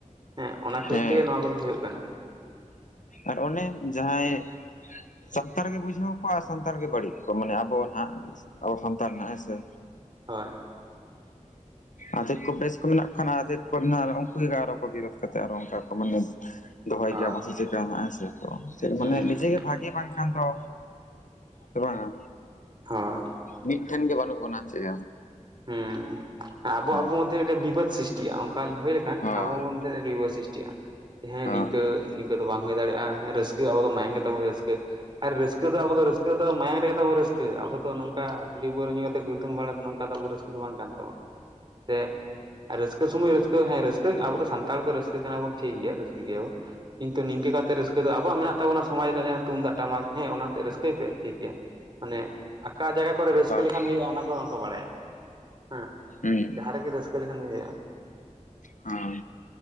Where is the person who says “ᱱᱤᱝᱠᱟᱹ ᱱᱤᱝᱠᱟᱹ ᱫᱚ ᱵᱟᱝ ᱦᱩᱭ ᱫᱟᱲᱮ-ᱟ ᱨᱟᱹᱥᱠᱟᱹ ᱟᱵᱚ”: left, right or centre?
Right